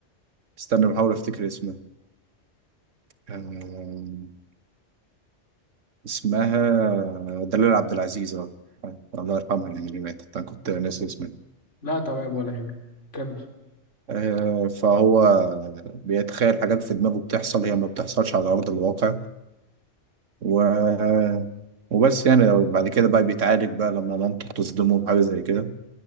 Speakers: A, on the right; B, on the left.
A: استنى بحاول افتكر اسمها آم، اسمها دلال عبد العزيز اه الله يرحمها يعني اللي ماتت انا كنت ناسي اسمها
B: لا تمام ولا يهمك كمل
A: آه، فهو بيتخيل حاجات في دماغه بتحصل هي ما بتحصلش على ارض الواقع و وبس يعني بعد كده بقى بيتعالج بقى لما مامته بتصدمه بحاجه زي كده